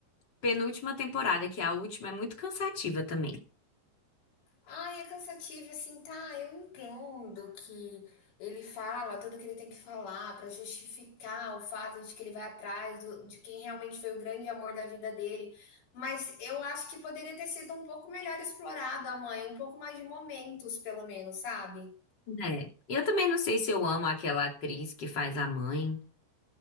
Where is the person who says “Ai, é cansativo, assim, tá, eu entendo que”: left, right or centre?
Left